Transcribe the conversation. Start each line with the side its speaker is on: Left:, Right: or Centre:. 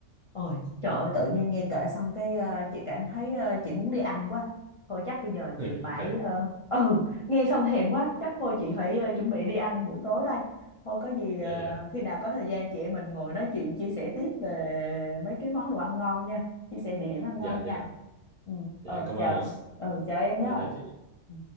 Left: ôi trời ơi tự nhiên nghe kể xong cái ờ, chị cảm thấy ờ, chị muốn đi ăn quá thôi chắc bây giờ chị
Right: <laughs> cũng
Left: phải
Right: thề
Left: ờ, <laughs> ừ nghe xong thèm quá chắc thôi chị phải ờ, chuẩn bị đi ăn buổi tối đây thôi có gì ờ,
Right: dạ dạ
Left: khi nào có thời gian chị em mình ngồi nói chuyện chia sẻ tiếp về mấy cái món đồ ăn ngon nha chia sẻ địa điểm ăn ngon
Right: dạ
Left: nha
Right: dạ
Left: ừ ờ
Right: dạ em cảm
Left: chờ
Right: ơn ạ.
Left: ừ chờ em nhé
Right: dạ dạ chị
Left: Ừ.